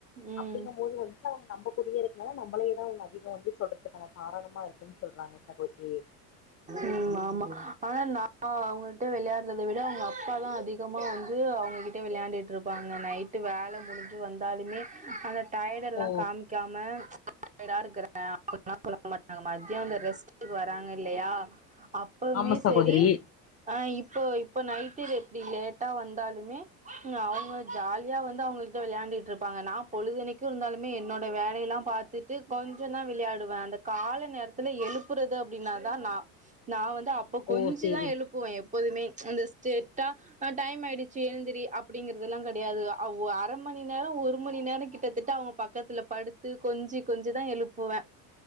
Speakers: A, on the right (about 15°); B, on the left (about 35°).
A: ம்
B: அப்படிங்கும் போது வந்துட்டு அவங்க நம்ம கூடையே இருக்கனு நம்மளையே தா அவுங்க அதிகம் வந்து சொல்லறதுக்கான காரணமா இருக்குன் சொல்றாங்க சகோதரி
A: ம் ஆமா ஆனா நா அவுங்கட்ட விளையாடுறதை விட அவுங்க அப்பா தா அதிகமா வந்து அவுங்கிட் விளையாண்ட்டுட்டுருப்பாங்க நைட்டு வேல முடிஞ்சி வந்தாலுமே அந்த டையடு எல்லா
B: ஓ
A: காமிக்காமா <unintelligible> அங்க மத்யோ அந்த ரெஸ்ட்டுக்கு வராங்க இல்லையா அப்பமே
B: ஆமா சகோதரி
A: சரி ஆ இப்போ இப்போ நைட்டு எப்டி லேட்டா வந்தாலுமே அவுங்க ஜாலியா வந்து அவுங்ளுக் விளையாண்ட்டுட்டுருப்பாங்க நான் பொழுதனைக்கு இருந்தாலுமே என்னோட வேலையெல்லா பாத்துட்டு கொஞ்சந்தா விளையாடுவே அந்த கால நேரத்துல எழுப்புறது அப்டின்னாதா நா நா வந்து அப்ப கொஞ்சிதா
B: ஓ சேரி
A: எழுப் புவே எப்போதுமே அந்த ஸ்டேட்டா டைம் ஆயிடுச்சி எழுந்திரி அப்டிங்கறதல்லா கெடையாது அவுங்க அரை மண் நேரோ ஒரு மணி நேரோ கிட்டத்தட்ட அவுங்க பக்கத்துல படுத்து கொஞ்சி கொஞ்சி தா எழுப்புவே